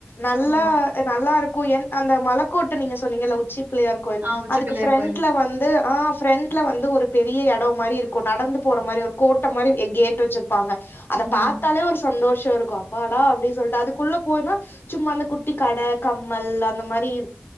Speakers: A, on the left; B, on the right.
A: நல்லா
B: ஆமா.
A: நல்லா இருக்கு என் அந்த மலக்கோட்ட நீங்க சொன்னீங்கல்ல உச்சி பிள்ளயார் கோயில்
B: ஆ உச்சி
A: அதுக்கு
B: பிள்ளையார்
A: ஃப்ரண்ட்ல
B: கோயில்ல.
A: வந்து ஆ ஃப்ரெண்ட் ட்ல வந்து ஒரு பெரிய எடோ மாரி இருக்கு நடந்து போற மாரி ஒரு கோட்ட மாரி எ கேட் வெச்சிர் ப்பாங்க அத
B: ம்ஹ்ம்.
A: பாத்தாலே ஒரு சந்தோஷோ இருக்கு அப்பாடா அப்டின் சொல்ட்டு அதுக்குள்ள போனா சும்மா அந்த குட்டி கட கம்மல் அந்த மாரி இர்